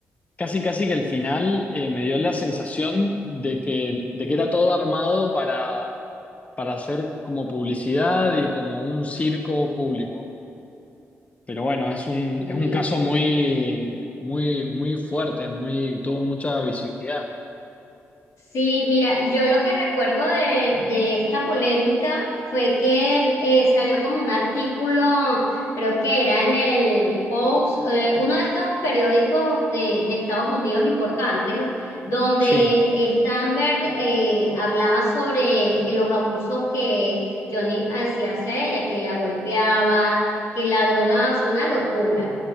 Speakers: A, on the left; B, on the left.
A: Casi, casi que al final eh, me dio la sensación de que, de que era todo armado para, para hacer como publicidad y como un circo público. Pero bueno, es un,
B: Sí,
A: es un caso muy, muy, muy fuerte, muy, tuvo mucha visibilidad.
B: Sí, mira, yo lo que recuerdo de, de esta polémica fue que eh, salió como un artículo, creo que era en el Post, eh, uno de estos periódicos de, de Estados Unidos importantes, donde
A: Sí,
B: Stanberg eh, hablaba sobre los abusos que Johnny hacía hacia ella, que la golpeaba, que la drogaba, es una locura.